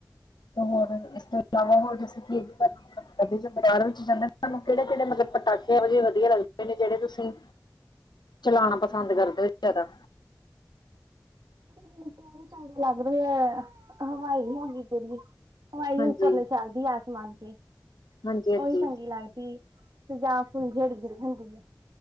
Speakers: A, on the left; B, on the right.
A: ਤੋਂ ਹੋਰ ਇਸ ਤੋਂ ਇਲਾਵਾ ਹੋਰ ਵੀ ਅਸੀਂ ਕੀ ਕਰ ਸਕਦੇ। ਦਿਵਾਲੀ 'ਚ ਬਜ਼ਾਰਾਂ ਵਿੱਚ ਜਾਂਦੇ ਤੁਹਾਨੂੰ ਕਿਹੜੇ ਕਿਹੜੇ ਮਤਲਬ ਪਟਾਕੇੇ ਵਧੀਆ ਲੱਗਦੇ ਨੇ ਜਿਹੜੇ ਤੁਸੀਂ। ਚਲਾਉਣਾ ਪਸੰਦ ਕਰਦੇ ਹੋ ਜ਼ਿਆਦਾ।
B: ਮੈਨੂੰ ਲੱਗ ਰਿਹਾ ਹੈ ਹਵਾ ਨਹੀਂ ਹੈਗੀ ਜਿੰਨੀ। ਹਵਾਈ
A: ਹਾਂਜੀ
B: ਉੱਪਰ ਨੂੰ ਚੱਲਦੀ ਹੈ। ਆਸਮਾਨ ਤੇ।
A: ਹਾਂਜੀ ਹਾਂਜੀ
B: ਉਹੀ ਚੰਗੀ ਲੱਗਦੀ ਤੇ ਜਾਂ ਫੇਰ ਜਿਹੜੀ ਜਿੜ ਹੁੰਦੀ ਹੈ।